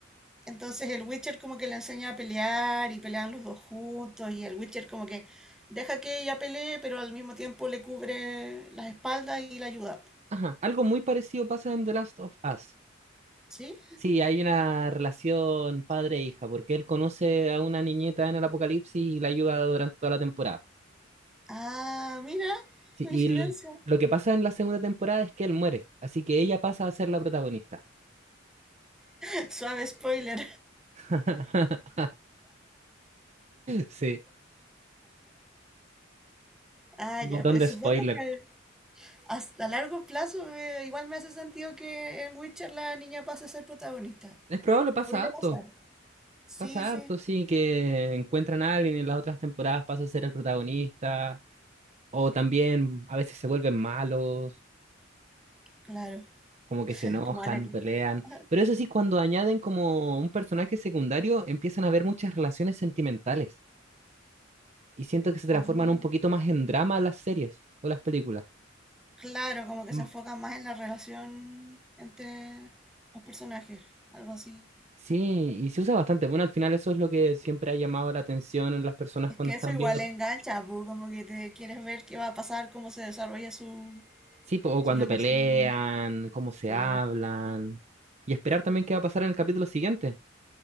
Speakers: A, in the centre; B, on the right (about 35°).
A: Entonces el Witcher como que le enseña a pelear y pelean los dos juntos y el Witcher como que deja que ella pelee, pero al mismo tiempo le cubre las espaldas y la ayuda.
B: Ajá. Algo muy parecido pasa en The Last of Us.
A: ¿Sí?
B: Sí, hay una relación padre-hija, porque él conoce a una niñeta en el apocalipsis y la ayuda durante toda la temporada.
A: Ah, mira,
B: Sí,
A: coincidencia.
B: y l- lo que pasa en la segunda temporada es que él muere, así que ella pasa a ser la protagonista.
A: <laughs> Suave spoiler.
B: <laughs> Sí,
A: Ah,
B: un
A: ya,
B: montón
A: me-
B: de
A: supongo
B: spoiler.
A: que hasta a largo plazo eh, igual me hace sentido que en Witcher la niña pase a ser protagonista.
B: Es probable, pasa
A: Podría
B: harto.
A: pasar. Sí,
B: Pasa
A: sí,
B: harto, sí, que encuentran a alguien y en las otras temporadas pasa a ser el protagonista, o también a veces se vuelven malos,
A: claro.
B: como que
A: <laughs>
B: se enojan,
A: Como Anakin.
B: pelean.
A: Ah.
B: Pero eso sí, cuando añaden como un personaje secundario, empiezan a haber muchas relaciones sentimentales y siento que se transforman
A: ah.
B: un poquito más en drama las series o las películas.
A: Claro, como que
B: Mm,
A: se enfoca más en la relación entre los personajes, algo así.
B: Sí, y se usa bastante. Bueno, al final eso es lo que siempre ha llamado la atención en las personas
A: Es
B: cuando
A: que
B: están
A: eso igual
B: viendo.
A: engancha, pu, como que te quieres ver qué va a pasar, cómo se desarrolla su,
B: Sí, po, o cuando
A: su relación.
B: pelean, cómo se
A: Claro,
B: hablan. Y esperar también qué va a pasar en el capítulo siguiente.